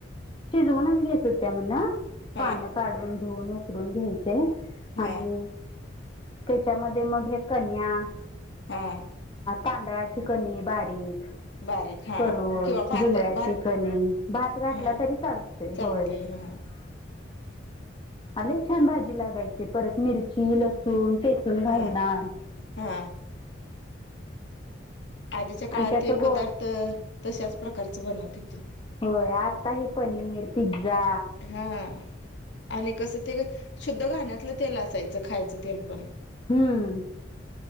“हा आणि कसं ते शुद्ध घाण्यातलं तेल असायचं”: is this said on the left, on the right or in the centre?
Left